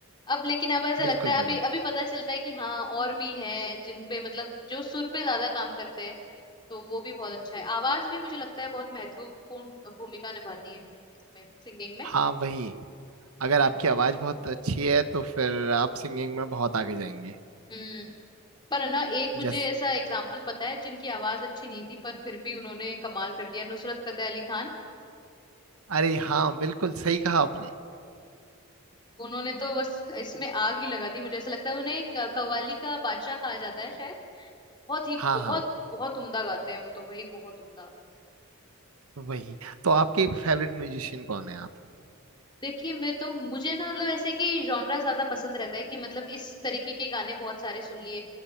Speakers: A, on the left; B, on the right.
A: अब लेकिन अब ऐसा लगता
B: बिल्कुल
A: है
B: बिल्कुल
A: अभी अभी पता चलता है कि हाँ और भी है जिन पे मतलब जो सुर पे ज्यादा काम करते हैं तो वो भी बहुत अच्छा है आवाज भी मुझे लगता है बहुत महत्वपूर्ण भूमिका निभाती है इसमें सिंगिंग में
B: हाँ वही अगर आपकी आवाज बहुत अच्छी है तो फिर आप सिंगिंग में बहुत आगे जाएंगे
A: हम्म पर है ना एक मुझे
B: जैस
A: ऐसा एग्जाम्पल पता है जिनकी आवाज अच्छी नहीं थी पर फिर भी उन्होंने कमाल कर दिया नुसरत फतेह अली खान
B: अरे हाँ बिल्कुल सही कहा आपने
A: उन्होंने तो बस इसमें आग ही लगा दी मुझे ऐसा लगता है उन्हें एक कव्वाली का बादशाह कहा जाता है शायद बहुत ही
B: हाँ
A: बहुत
B: हाँ
A: बहुत उम्दा गाते हैं वो तो भाई बहुत उम्दा
B: वही तो आपके फेवरेट म्यूजिशियन कौन है आप
A: देखिए मैं तो मुझे ना मतलब ऐसे कि जॉनरा ज्यादा पसंद रहता है कि मतलब इस तरीके के गाने बहुत सारे सुन लिए